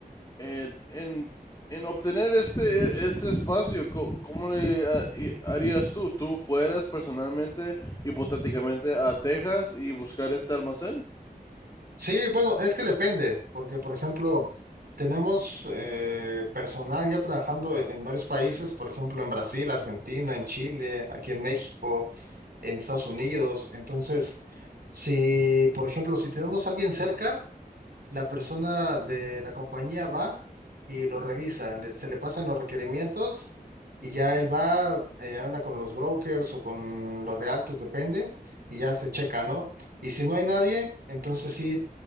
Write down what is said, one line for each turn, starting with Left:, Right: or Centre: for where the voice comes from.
Left: en, en, en obtener este, este espacio, co- ¿cómo le ha- i- harías tú? ¿Tú fueras personalmente, hipotéticamente, a Texas y buscar este almacén?
Right: Sí, bueno, es que depende, porque por ejemplo, tenemos eh, personal ya trabajando en en varios países, por ejemplo, en Brasil, Argentina, en Chile, aquí en México, en Estados Unidos. Entonces, si, por ejemplo, si tenemos a alguien cerca, La persona de la compañía va y lo revisa, le- se le pasan los requerimientos y ya él va, eh, habla con los brokers o con los realtors, depende, y ya se checa, ¿no? Y si no hay nadie, entonces sí,